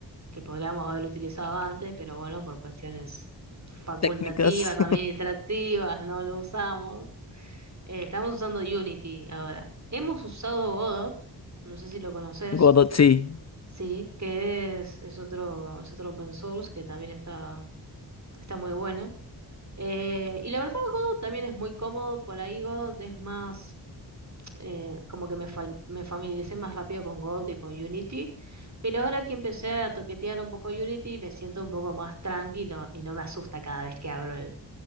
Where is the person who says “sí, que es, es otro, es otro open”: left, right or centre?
Right